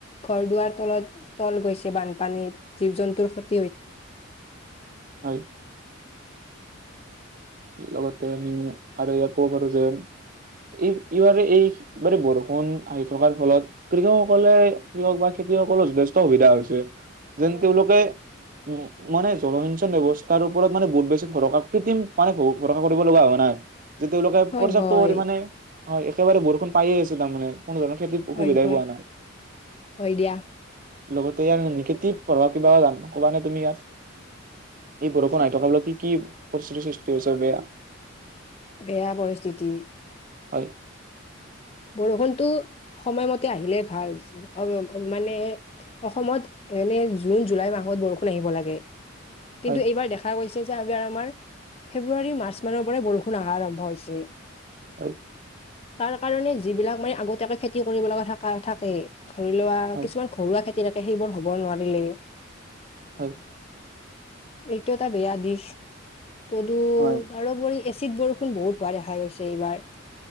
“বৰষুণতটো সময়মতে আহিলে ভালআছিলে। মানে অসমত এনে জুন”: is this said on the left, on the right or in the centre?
Left